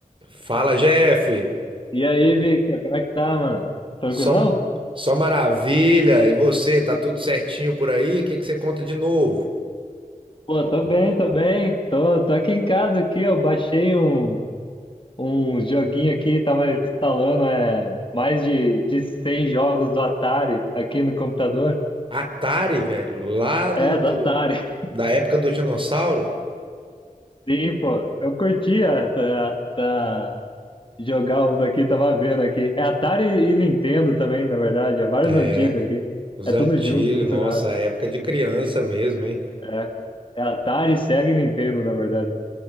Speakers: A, on the right; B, on the left.
A: Fala, Jeff.
B: E aí, Victor, como é que tá, mano? Tranquilão?
A: Só, só maravilha. E você, tá tudo certinho por aí? O que que você conta de novo?
B: Pô, tô bem, tô bem. Tô, tô aqui em casa aqui, eu baixei um, um joguinho aqui, tava instalando é, mais de, de 100 jogos do Atari aqui no computador.
A: Atari, velho, lá do,
B: É,
A: do-
B: do Atari. <laughs>
A: da época do dinossauro?
B: Sim, pô. Eu curtia tá, tá, jogar uns aqui, tava vendo aqui. É Atari e Nintendo também, na verdade. É vários
A: É,
B: antigos aqui.
A: os
B: É
A: antigos,
B: tudo junto, misturado.
A: nossa, época de criança mesmo, hein?
B: É. É Atari, Sega e Nintendo, na verdade.